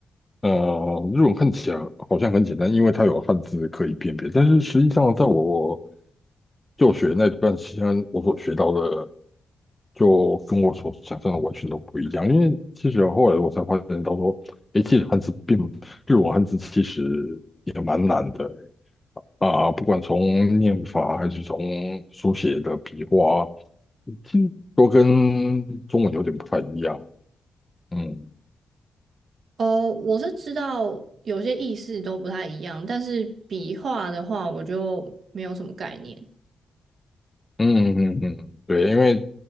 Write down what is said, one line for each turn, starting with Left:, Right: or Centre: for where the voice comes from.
Left: 呃，日文看起来好像很简单，因为它有汉字可以辨别，但是实际上在我就学那段期间，我所学到的就跟我所想象的完全都不一样。因为其实后来我才发现到说，诶，其实汉字并日文汉字其实也蛮难的啊，不管从念法还是从书写的笔画，其实都跟中文有点不太一样。嗯。
Right: 哦，我是知道有些意思都不太一样，但是笔画的话，我就没有什么概念。
Left: 嗯嗯嗯，对，因为